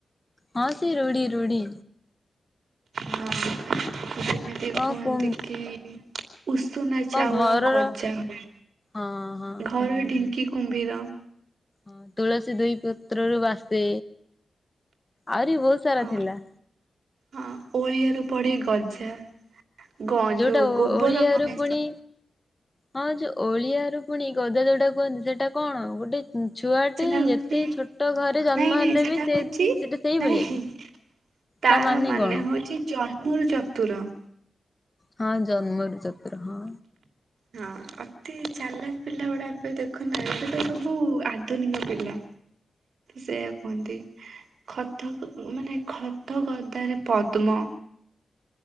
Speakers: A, on the left (about 20°); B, on the right (about 80°).
A: ହଁ ସେ ରୁଢ଼ି ରୁଢ଼ି।
B: ହଁ ଯେମିତି
A: କଣ
B: କୁହନ୍ତି
A: କୁ
B: କି? ଉସୁନା
A: କଣ
B: ଚାଉଳ
A: ଘରର
B: ଗଜା ହବା।
A: ହଁ ହଁ
B: ଘର ଢିଙ୍କି କୁମ୍ଭୀର।
A: ହଁ ତୁଳସୀ ଦୁଇ ପତ୍ରରୁ ବାସେ ଆହୁରି ବହୁତ ସାରା
B: ଆଉ
A: ଥିଲା।
B: ହଁ ଓଳିଆରୁ ପଡି ଗଜା। ଗ
A: ଯୋଉଟା
B: ଯୋଉ ଗୋବର
A: ଓଳିଆରୁ
B: ଗଣେଶ
A: ପୁଣି ହଁ ଯୋଉ ଓଳିଆରୁ ପୁଣି ଗଦା ଯୋଉଟା କୁହନ୍ତି ସେଟା କଣ ଗୋଟେ ଉଁ ଛୁଆଟେ
B: ସେଟା ହଉଛି
A: ଯେତେ ଛୋଟ ଘରେ ଜନ୍ମ
B: ନାଇଁ ନାଇଁ
A: ହେଲେ
B: ସେଟା
A: ବି ସେ
B: ହଉଛି
A: ସେଟା ସେଇଭଳିଆ
B: ନାଇଁ
A: କି?
B: ତାର
A: ତା
B: ମାନେ
A: କଣ
B: ହଉଛି ଜନ୍ମରୁ ଚତୁର।
A: ହଁ ଜନ୍ମରୁ ଚତୁର ହଁ।
B: ହଁ ଅତି ଚାଲାକ ପିଲା ଗୁଡା ଏବେ ଦେଖୁନା ଏବେ ତ ସବୁ ଆଧୁନିକ ପିଲା। ସେଇଆ କୁହନ୍ତି। ଖତ ମାନେ ଖତ ଗଦାରେ ପଦ୍ମ।